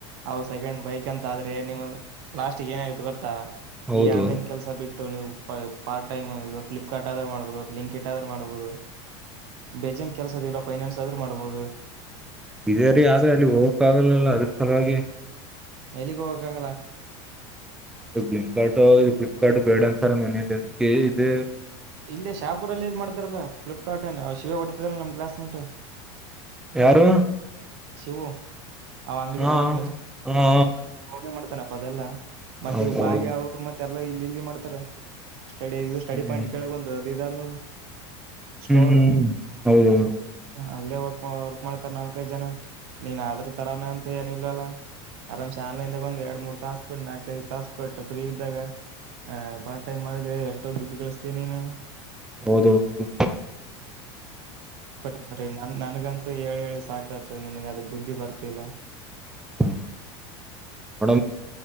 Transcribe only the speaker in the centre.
ಹೌದು
ಇದೇರಿ ಆದ್ರ ಅಲ್ಲಿ ಹೋಗಕ್ ಆಗಲ್ಲಲ್ಲ ಅದ್ರ ಸಲುವಾಗೆ.
ಇ ಬ್ಲಿಂಕ್ ಕಾರ್ಟ್ ಇ ಫ್ಲಿಪ್ಕಾರ್ಟ್ ಬೇಡ ಅಂತಾರೆ ಮನೇಲಿ ಅದಕ್ಕೆ ಇದೆ.
ಯಾರು
ಹಾ
ಹಾ
ಹೌದೌದು
ಹ್ಮ್
ಹ್ಮ್ ಹೌದೌದು
ಹೊದುಳು.
ಹ್ಮ ಒಡ